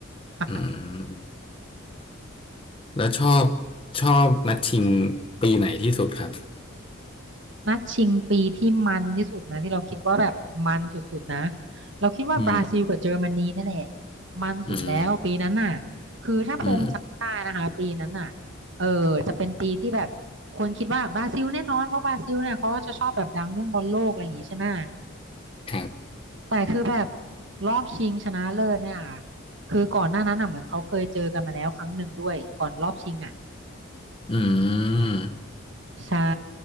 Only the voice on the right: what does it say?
<laughs>
นัดชิงปีที่มันที่สุดนะที่เราคิดว่าแบบมันสุดๆนะเราคิดว่าบราซิลกับเยอรมนีนั่นแหละ
มันสุดแล้วปีนั้นน่ะ
คือถ้าพงจำได้นะคะปีนั้นน่ะ
เออจะเป็นปีที่แบบคนคิดว่าบราซิลแน่นอนเพราะบราซิลเนี่ยเขาก็จะชอบแบบดังเรื่องบอลโลกอะไรอย่างงี้ใช่ไหม
แต่คือแบบรอบชิงชนะเลิศเนี่ยคือก่อนหน้านั้นน่ะเหมือนเขาเคยเจอกันมาแล้วครั้งหนึ่งด้วยก่อนรอบชิงอ่ะ
ใช่